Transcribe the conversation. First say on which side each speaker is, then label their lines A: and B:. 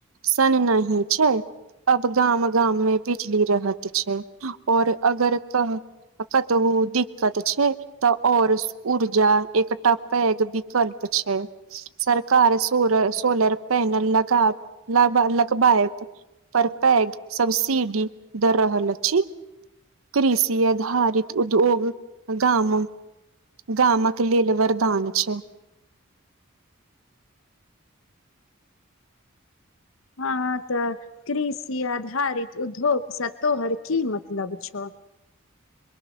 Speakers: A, on the right; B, on the left.
A: सन नही छै अब गाम गाम मे बिजली रहत छै और अगर कह कतहु दिक्कत छै तऽ और ऊर्जा एक आ पैघ विकल्प छै सरकार सोल सोलर पैनल लगा ल लगबाएत पर पैग सब्सिडी द रहल अछि कृषि आधारित उद्योग गाम गामक लेल वरदान छै
B: हँ तऽ कृषि आधारित उद्योग स तोहर की मतलब छौ